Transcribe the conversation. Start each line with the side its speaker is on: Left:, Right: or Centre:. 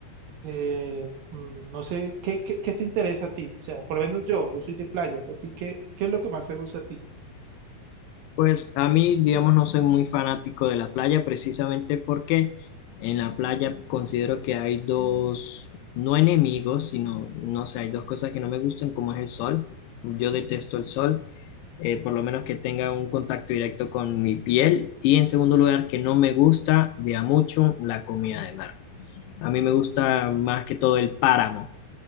Right: Eh, mm, no sé, ¿qué, qué, qué te interesa a ti? O sea, por lo menos yo, yo soy de playas, ¿a ti qué, qué es lo que más te gusta a ti?
Left: Pues a mí, digamos, no soy muy fanático de la playa, precisamente porque en la playa considero que hay dos, no enemigos, sino, no sé, hay dos cosas que no me gustan, como es el sol. Yo detesto el sol, eh, por lo menos que tenga un contacto directo con mi piel. Y en segundo lugar, que no me gusta de a mucho la comida de mar. A mí me gusta más que todo el páramo,